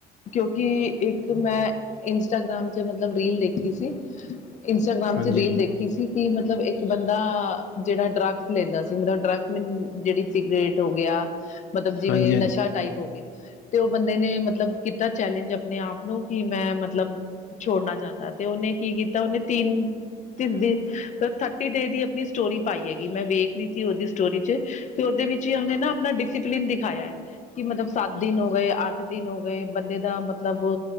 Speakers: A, on the left; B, on the left.
A: ਕਿਉਂਕਿ, ਇੱਕ ਮੈਂ, ਇੰਸਟਾਗ੍ਰਾਮ ਚ ਮਤਲਬ ਰੀਲ ਦੇਖ ਦੇਖੀ ਸੀ, ਇੰਸਟਾਗ੍ਰਾਮ
B: ਹਾਂਜੀ
A: ਚ ਰੀਲ
B: ਹਾਂਜੀ
A: ਦੇਖੀ ਸੀ ਕਿ ਮਤਲਬ ਇੱਕ ਬੰਦਾ, ਜਿਹੜਾ ਡਰੱਗ ਲੈਂਦਾ ਸੀ, ਮਤਲਬ ਡਰਗ, ਜਿਹੜੀ ਸਿਗਰੇਟ ਹੋ ਗਿਆ ਮਤਲਬ ਜਿਵੇਂ
B: ਹਾਂਜੀ
A: ਨਸ਼ਾ ਟਾਈਪ ਹੋ ਗਿਆ, ਤੇ ਉਹ ਬੰਦੇ ਨੇ, ਮਤਲਬ ਕੀਤਾ ਚੈਲੇਂਜ ਆਪਣੇ ਆਪ ਨੂੰ ਕਿ ਮੈਂ ਮਤਲਬ ਛੋੜਨਾ ਚਾਹੁੰਦਾ ਤੇ ਉਹਨੇ ਕੀ ਕੀਤਾ ਉਹਨੇ ਤਿੰਨ ਤਿੰਨ ਦੀ ਥਰਟੀ ਡੇ ਦੀ ਆਪਣੀ ਸਟੋਰੀ ਪਾਈ ਹੈਗੀ ਮੈਂ ਵੇਖ ਰਹੀ ਸੀ ਉਹਦੀ ਸਟੋਰੀ ਚ ਕਿ ਉਹਦੇ ਵਿੱਚ ਉਹਨੇ ਨਾ ਆਪਣਾ ਡਿਸਿਪਲਿਨ ਦਿਖਾਇਆ ਹੈ ਕਿ ਮਤਲਬ ਸੱਤ ਦਿਨ ਹੋ ਗਏ, ਅੱਠ ਦਿਨ ਹੋ ਗਏ। ਬੰਦੇ ਦਾ ਮਤਲਬ